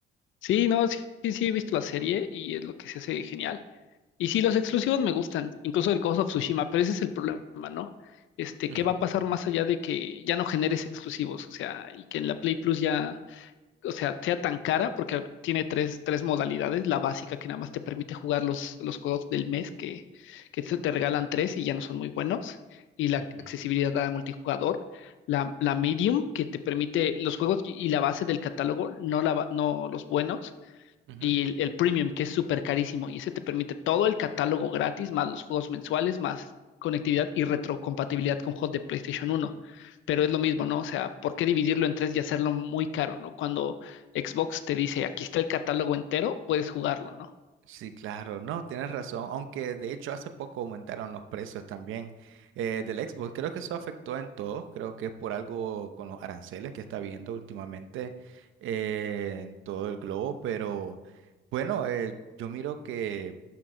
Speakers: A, on the left; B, on the right.
A: Sí, no, sí, sí, sí, he visto la serie y es lo que se hace genial. Y sí, los exclusivos me gustan, incluso el Ghost of Tsushima, pero ese es el problema, ¿no? Este,
B: Ujú,
A: ¿qué va a pasar más allá de que ya no generes exclusivos? O sea, y que en la Play Plus ya, o sea, sea tan cara, porque tiene tres, tres modalidades, la básica que nada más te permite jugar los, los juegos del mes, que, que te te regalan tres y ya no son muy buenos, y la
B: ujú,
A: accesibilidad a multijugador, la, la medium, que te permite los juegos y y la base del catálogo, no, la, ba- no los buenos
B: ujú,
A: y
B: ujú.
A: el, el premium, que es súper carísimo, y ese te permite todo el catálogo gratis, más los juegos mensuales, más conectividad y retrocompatibilidad con juegos de PlayStation uno Pero es lo mismo, ¿no? O sea, ¿por qué dividirlo en tres y hacerlo muy caro, ¿no? Cuando Xbox te dice, aquí está el catálogo entero, puedes jugarlo, ¿no?
B: Sí, claro, no, tienes razón, aunque de hecho hace poco aumentaron los precios también eh, del Xbox, creo que eso afectó en todos, creo que es por algo con los aranceles que está viendo últimamente eh, en todo el globo, pero bueno, eh, yo miro que